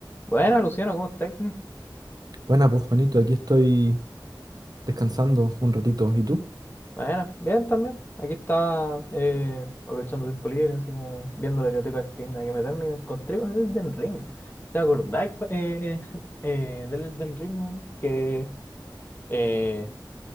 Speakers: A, on the left; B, on the right.
A: Bueno, Luciano, ¿cómo estás?
B: Buena, pues Juanito, aquí estoy descansando un ratito. ¿Y tú?
A: Bueno, bien también. Aquí estaba eh, aprovechando tiempo libre, así como viendo la biblioteca de Steam, hay que meterme y me encontré con el Elden Ring. ¿Te acordáis cu- eh, <laughs> eh, del Elden Ring, weón? Que eh,